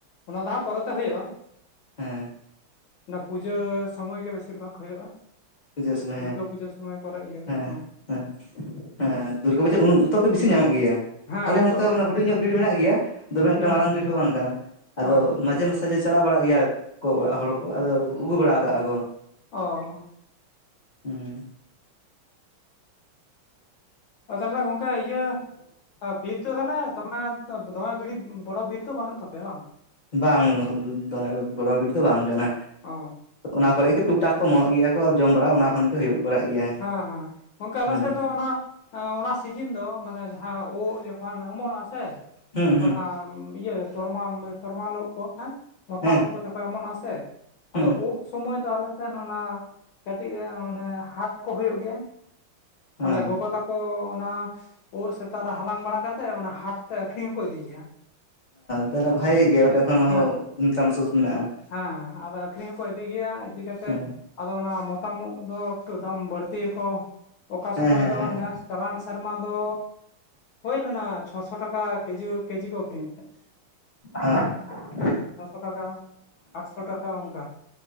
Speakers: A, on the left; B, on the left.
A: ᱚᱱᱟ ᱫᱚ ᱦᱟᱸᱜ ᱯᱚᱨᱮᱛᱮ ᱦᱳᱭᱳᱜᱼᱟ
B: ᱦᱮᱸ
A: ᱚᱱᱟ ᱯᱩᱡᱟᱹ ᱥᱚᱢᱚᱭ ᱜᱮ ᱵᱮᱥᱤᱨ ᱵᱷᱟᱜᱽ ᱦᱩᱭᱩᱜᱼᱟ
B: ᱯᱩᱡᱟᱹ ᱥᱚᱢᱚᱭ ᱦᱮᱸ
A: ᱫᱩᱨᱜᱟᱹ ᱯᱩᱡᱟᱹ ᱥᱚᱢᱚᱭ ᱠᱚᱨᱮ ᱤᱭᱟᱹ
B: ᱦᱮᱸ
A: ᱠᱚ ᱦᱚᱸ
B: ᱦᱮᱸ ᱦᱮᱸ ᱫᱩᱨᱜᱟ ᱯᱩᱡᱟᱹ ᱩᱛᱚ ᱠᱚ ᱵᱮᱥᱤ ᱧᱟᱢᱚᱜ ᱜᱮᱭᱟ᱾
A: ᱦᱮᱸ
B: ᱟᱞᱮ
A: ᱩᱱᱫᱚ
B: ᱦᱚᱸᱛᱮ
A: ᱵᱮᱥᱤ
B: ᱚ
A: ᱧᱟᱢᱚᱜᱼᱟ
B: ᱦᱩᱰᱤᱧ ᱧᱚᱜ ᱵᱤᱲ ᱢᱮᱱᱟᱜ ᱜᱮᱭᱟ ᱫᱚᱢᱮ ᱮᱠᱴᱟ
A: ᱦᱩᱸ
B: ᱢᱟᱨᱟᱝ ᱵᱤᱲ ᱦᱚᱸ ᱵᱟᱝ ᱠᱟᱱᱟ ᱟᱫᱚ
A: ᱚ
B: ᱢᱟᱡᱷᱮ ᱢᱟᱥ ᱡᱮ ᱪᱟᱞᱟᱣ ᱵᱟᱲᱟᱜ ᱜᱮᱭᱟ ᱠᱚ ᱚᱲᱟᱜ ᱦᱚᱲᱠᱚ ᱟᱫᱚ ᱩᱜᱩ ᱵᱟᱲᱟ ᱠᱟᱜᱼᱟ ᱠᱚ᱾
A: ᱚ
B: ᱦᱩᱸ
A: ᱛᱟᱞᱦᱮ ᱜᱚᱝᱠᱮ ᱤᱭᱟᱹ ᱵᱤᱨ ᱫᱚ ᱛᱟᱞᱦᱮ ᱛᱳᱢᱟᱨ ᱫᱚᱢᱮ ᱵᱤᱲᱤ ᱵᱚᱲᱚ ᱵᱤᱨ ᱫᱚ ᱵᱟᱹᱱᱩᱜ ᱛᱟᱯᱮᱭᱟ ᱵᱟᱝ
B: ᱵᱟᱝ ᱫᱚ ᱵᱚᱲᱚ ᱵᱤᱨ ᱫᱚ ᱵᱟᱝ ᱠᱟᱱᱟ
A: ᱚ
B: ᱚ ᱚᱱᱟ ᱠᱚᱨᱮ ᱜᱮ ᱴᱩᱠᱴᱟᱠ ᱠᱚ ᱮᱢᱚᱜ ᱜᱮᱭᱟ ᱠᱚ ᱡᱚᱢ ᱵᱟᱲᱟ ᱚᱱᱟ ᱠᱷᱚᱱ ᱜᱮ ᱦᱳᱭᱳᱜ ᱵᱟᱲᱟᱜ ᱜᱮᱭᱟ᱾
A: ᱦᱮᱸ ᱦᱮᱸ ᱜᱚᱝᱠᱮ ᱟᱞᱮ
B: ᱦᱩᱸ
A: ᱥᱮᱫ ᱫᱚ ᱚᱱᱟ ᱚᱱᱟ ᱥᱤᱡᱤᱱ ᱫᱚ ᱢᱟᱱᱮ ᱡᱟᱦᱟᱸ ᱳᱫ ᱡᱚᱠᱷᱚᱱ ᱚᱢᱚᱱᱚᱜᱟ ᱥᱮ ᱥᱮ
B: ᱦᱩᱸ ᱦᱩᱸ
A: ᱚᱱᱟ ᱤᱭᱟᱹ ᱛᱚᱨᱢᱟ ᱛᱚᱨᱚᱢᱟᱞᱚᱜ ᱠᱚ ᱦᱮᱸ ᱢᱚᱛᱟᱢᱚᱜ
B: ᱦᱮᱸ
A: ᱠᱚ ᱡᱚᱠᱷᱚᱡ ᱮᱢᱚᱱᱚᱜᱼᱟ ᱥᱮ
B: ᱦᱩᱸ
A: ᱟᱫᱚ ᱩᱵ ᱥᱚᱢᱚᱭ ᱫᱚ ᱟᱞᱮ ᱥᱮᱫ ᱚᱱᱟ ᱠᱟᱹᱴᱤᱡ ᱢᱟᱱᱮ ᱦᱟᱴ ᱠᱚ ᱦᱳᱭᱩᱳᱜ ᱜᱮᱭᱟ ᱛᱟᱞᱦᱮ
B: ᱦᱮᱸ
A: ᱜᱚᱜᱚ ᱛᱟᱠᱚ ᱚᱱᱟ ᱳᱜ ᱥᱮᱛᱟ ᱨᱮ ᱦᱟᱞᱟᱝ ᱵᱟᱲᱟ ᱠᱟᱛᱮ ᱚᱱᱟ ᱦᱟᱴᱛᱮ ᱟᱠᱷᱨᱤᱧ ᱦᱚᱸᱠᱚ ᱤᱫᱤ ᱜᱮᱭᱟ
B: ᱛᱟᱦᱚᱞᱮ ᱵᱷᱟᱜᱮ ᱜᱮᱭᱟ ᱚᱸᱰᱮ ᱠᱷᱚᱱ ᱦᱚᱸ
A: ᱦᱮᱸ
B: ᱤᱱᱠᱟᱢ ᱥᱳᱨᱥ ᱢᱮᱱᱟᱜᱼᱟ
A: ᱦᱮᱸ ᱟᱫᱚ ᱟᱹᱷᱨᱤᱧ ᱦᱚᱸᱠᱚ ᱤᱫᱤ ᱜᱮᱭᱟ ᱤᱫᱤ ᱠᱟᱛᱮᱫ
B: ᱦᱮᱸ
A: ᱟᱫᱚ ᱚᱱᱟ ᱢᱚᱛᱟᱢᱳᱜ ᱫᱚ ᱮᱠᱴᱩ ᱫᱟᱢ ᱵᱟᱹᱲᱛᱤ ᱜᱮᱠᱚ ᱚᱠᱟ
B: ᱦᱮᱸ
A: ᱥᱚᱢᱚᱭ
B: ᱦᱮᱸ
A: ᱫᱚ
B: ᱦᱮᱸ
A: ᱱᱮᱥ ᱪᱟᱞᱟᱣᱮᱱ ᱥᱮᱨᱢᱟ ᱫᱚ ᱦᱳᱭ ᱞᱮᱱᱟ ᱪᱷᱚᱥᱚ ᱴᱟᱠᱟ ᱠᱮᱡᱤ ᱠᱮᱡᱤ ᱠᱚ ᱟᱹᱠᱷᱨᱤᱧᱮᱫ ᱛᱟᱦᱮᱸᱫ
B: ᱦᱮᱸ <unintelligible>
A: ᱦᱮᱸ ᱪᱷᱚᱥᱚ ᱴᱟᱠᱟ ᱟᱴᱥᱚ ᱴᱟᱠᱟ ᱚᱱᱠᱟ